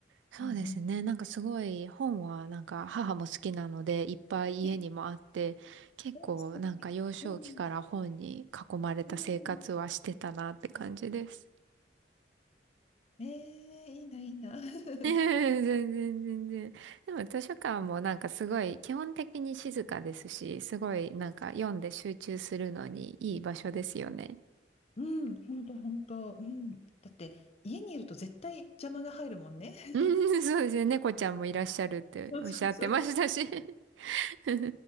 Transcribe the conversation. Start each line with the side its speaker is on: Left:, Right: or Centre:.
Right: そうですね。
Left: うんうんうん。
Right: なんかすごい本はなんか母も好きなのでいっぱい家にもあって結構なんか幼少期から本に囲まれた生活はしてたなって感じです。
Left: え、うん素敵うん。うんええいいな、いいな。<laughs>
Right: <laughs> 全然全然。でも図書館もなんかすごい基本的に静かですし、すごいなんか読んで集中するのにいい場所ですよね。
Left: うん、本当本当。うん。だって、家にいると絶対邪魔が入るもんね。
Right: <laughs>
Left: <laughs>
Right: うん、そうですね。猫ちゃんもいらっしゃるっておっしゃってましたし。
Left: そうそうそう。
Right: <laughs>